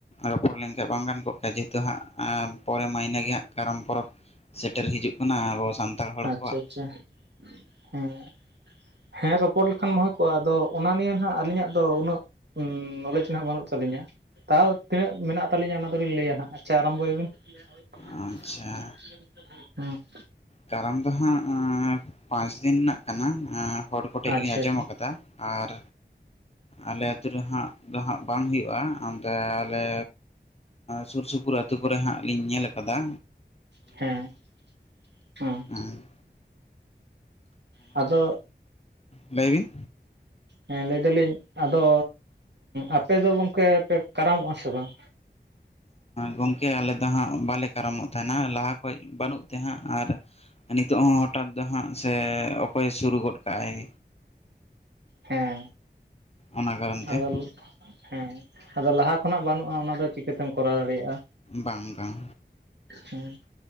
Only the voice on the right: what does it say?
ᱟᱪᱪᱷᱟ
ᱟᱪᱪᱷᱟ ᱦᱮᱸ᱾ ᱦᱮᱸ ᱨᱚᱯᱚᱲ ᱞᱮᱠᱷᱟᱱ ᱢᱟ ᱦᱩᱭ ᱠᱚᱜ-ᱟ ᱟᱫᱚ ᱚᱱᱟ ᱱᱤᱭᱮ ᱱᱟᱦᱟᱸᱜ ᱟᱹᱞᱤᱧᱟᱜ ᱫᱚ ᱩᱱᱟᱹᱜ ᱦᱩᱸ ᱱᱚᱞᱮᱡᱽ ᱦᱟᱸᱜ ᱵᱟᱹᱱᱩᱜ ᱛᱟᱹᱞᱤᱧᱟ, ᱛᱟᱣ ᱛᱤᱱᱟᱹᱜ ᱢᱮᱱᱟᱜ ᱛᱟᱹᱞᱤᱧᱟ ᱚᱱᱟ ᱫᱚᱞᱤᱧ ᱞᱟᱹᱭᱟ ᱦᱟᱸᱜ ᱟᱪᱪᱷᱟ ᱟᱨᱟᱢᱵᱚᱭ ᱵᱤᱱ <unintelligible>
ᱟᱪᱪᱷᱟ
ᱟᱪᱪᱷᱟ
ᱦᱮᱸ ᱦᱩᱸ᱾
ᱟᱫᱚ᱾
ᱦᱮᱸ ᱞᱟᱹᱭᱫᱟᱞᱤᱧ ᱟᱫᱚ ᱟᱯᱮ ᱫᱚ ᱜᱚᱝᱠᱮ ᱯᱮ ᱠᱟᱨᱟᱢᱚᱜ-ᱟ ᱥᱮ ᱵᱟᱝ?
ᱦᱮᱸ
ᱟᱫᱚᱞ ᱦᱮᱸ ᱟᱫᱚ ᱞᱟᱦᱟ ᱠᱷᱚᱱᱟᱜ ᱵᱟᱹᱱᱩᱜ-ᱟ ᱚᱱᱟ ᱫᱚ ᱪᱤᱠᱟᱹᱛᱮᱢ ᱠᱚᱨᱟᱣ ᱫᱟᱲᱮᱭᱟᱜ-ᱟ᱾
ᱦᱩᱸ